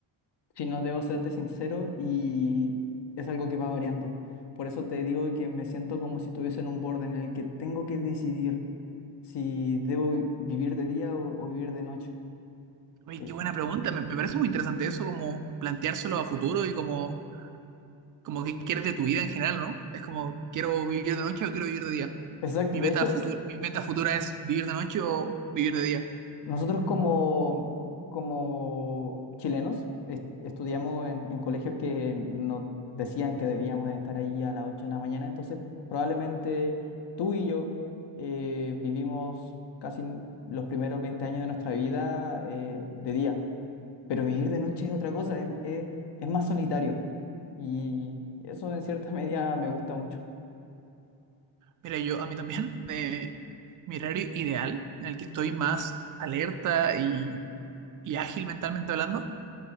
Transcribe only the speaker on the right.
Oye,
qué buena pregunta. Me, me parece muy interesante eso, como planteárselo a futuro y como como que quieres de tu vida en general, ¿no? Es como, ¿quiero vivir de noche o quiero vivir de día?
Mi
meta
futura, mi meta futura es vivir de noche o vivir de día.
Mira, yo a mí también, <laughs> de mi horario ideal, en el que estoy más alerta y, y ágil mentalmente hablando